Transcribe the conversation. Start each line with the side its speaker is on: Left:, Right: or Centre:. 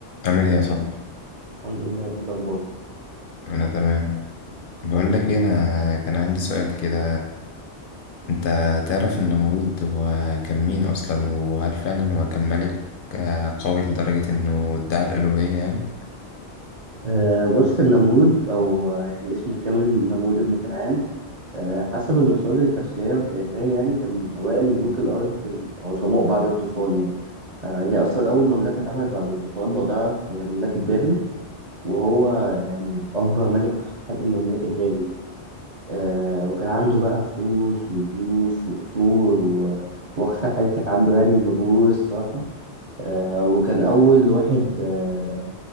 Left: عامل ايه يا صاحبي
Right: الحمد لله انت ايه الاخبار
Left: انا تمام بقول لك إيه، انا كان عندي سؤال كده انت تعرف النمرود هو كان مين اصلا وهل فعلا هو كان ملك آه، قوي لدرجة انه ادعى الالوهية يعني
Right: أه بص النمرود او آه، يعني اسمه الكامل نمرود بن كنعان أه حسب المصادر التفسيريه والتاريخيه يعني كان من اوائل ملوك الارض العظماء بعد الطوفان يعني أه هي اصلا اول مملكه اتعملت بعد الطوفان لو تعرف هي مملكه بابل وهو يعني اكبر ملك حكم مملكه بابل دي أه وكان عنده بقى فلوس وجيوش وقصور و... واكثر حاجه كانت عنده يعني الغرور الصراحه أه وكان اول واحد آه،